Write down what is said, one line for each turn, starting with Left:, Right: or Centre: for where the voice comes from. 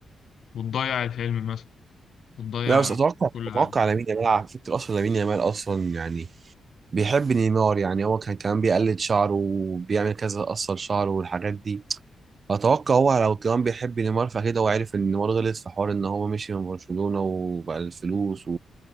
Left: وتضيع الحلم مثلا بتضيع
Right: لا بس اتوقع
Left: كل
Right: اتوقع
Left: حاجة
Right: لامين يامال على فكره اصلا لامين يامال اصلا يعني بيحب نيمار يعني هو كان كمان بيقلد شعره وبيعمل كذا قصر شعره والحاجات دي اتوقع هو لو كمان بيحب نيمار فاكيد هو عارف ان نيمار غلط في حوار ان هو مشي من برشلونه وبقى الفلوس